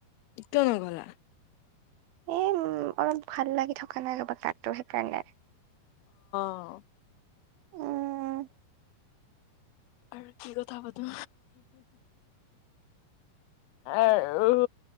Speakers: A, on the left; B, on the right.
A: ইটো নগলা।
B: এ উম অলপ ভাল লাগি থকা নাই ৰ'বা পেট টো সেইকাৰণে।
A: অ'।
B: উম
A: আৰু কি কথা পাতো? আৰু